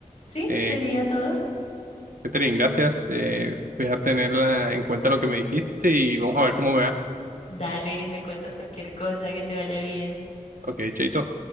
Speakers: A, on the left; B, on the right.
A: ¿Sí?
B: Eh,
A: ¿Sería todo?
B: Catherine, gracias. Eh, voy a tener eh, en cuenta lo que me dijiste y vamos a ver cómo me va.
A: Dale, me cuentas cualquier cosa, que te vaya bien.
B: Ok, chaito.